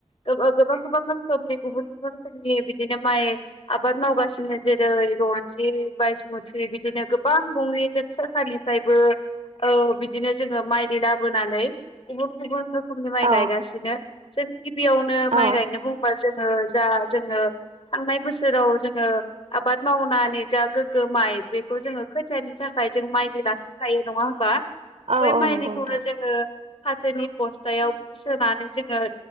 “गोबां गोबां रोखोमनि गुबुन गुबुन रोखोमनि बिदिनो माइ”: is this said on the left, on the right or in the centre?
Left